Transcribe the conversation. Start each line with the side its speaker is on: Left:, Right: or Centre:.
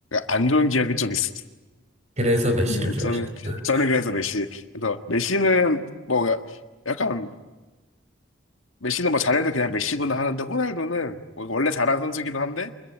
Left: 안 좋은 기억이 좀 있었어.
Right: 그래서 메시를
Left: <laughs>
Right: 좋아하시는구나.
Left: 저는, 저는 그래서 메시. 그래서 메시는 뭐 약간 메시는 뭐 잘해도 그냥 메시구나 하는데 호날두는 뭐 원래 잘한 선수기도 한데